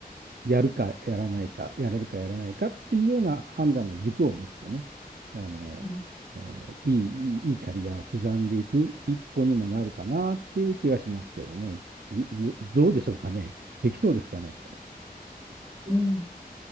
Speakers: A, on the right; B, on the right.
A: やるかやらないか、やれるかやれないかっていうような判断の軸を持つとね、あの、
B: うん。
A: えーいい、いい、いいキャリアを刻んでいく一歩にもなるかなっていう気がしますけどね。ど、どうでしょうかね。できそうですかね。
B: うん